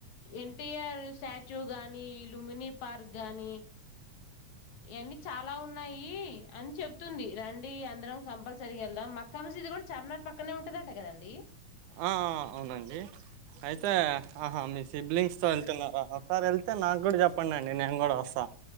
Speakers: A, on the left; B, on the right.
A: ఎన్టీఆర్ స్టాచ్యూ గానీ లుమినీ పార్క్ గాని ఇవన్నీ చాలా ఉన్నాయి అని చెప్తుంది రంీ అందరం కంపల్సరీ గా వెళ్దాం మక్కా మసీది కూడా చార్మినార్ పక్కనే ఉంటదంటే కదండి
B: ఆ అవునండి అయితే ఆహా మీ సిబ్లింగ్స్ తో వెళ్తున్నారు ఒకసారి వెళ్తే నాకు కూడా చెప్పండి అండి నేను కూడా వస్తాను